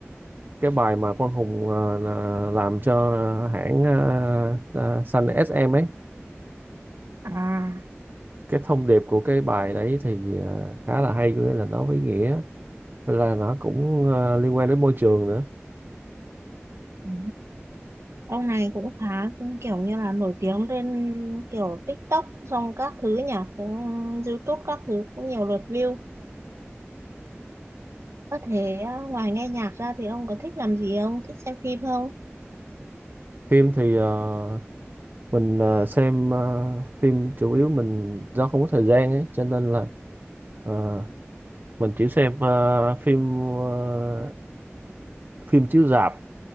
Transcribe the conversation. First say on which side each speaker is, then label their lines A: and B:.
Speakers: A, on the right; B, on the right.
A: cái bài mà Quang Hùng ờ, là- làm cho hãng ờ, ờ, xanh SM ấy
B: à
A: cái thông điệp của cái bài đấy thì ờ, khá là hay có nghĩa là nó có ý nghĩa Với là nó cũng ờ, liên quan đến môi trường nữa
B: ừ. Ông này cũng khá kiểu như là nổi tiếng lên kiểu TikTok xong các thứ nhỉ ừ, YouTube các thứ cũng nhiều lượt view có thể à, ngoài nghe nhạc ra thì ông có thích làm gì không thích xem phim không
A: phim thì ờ, mình ờ, xem ờ, phim chủ yếu mình do không có thời gian ấy cho nên là ờ, mình chỉ xem ờ, phim ờ, phim chiếu rạp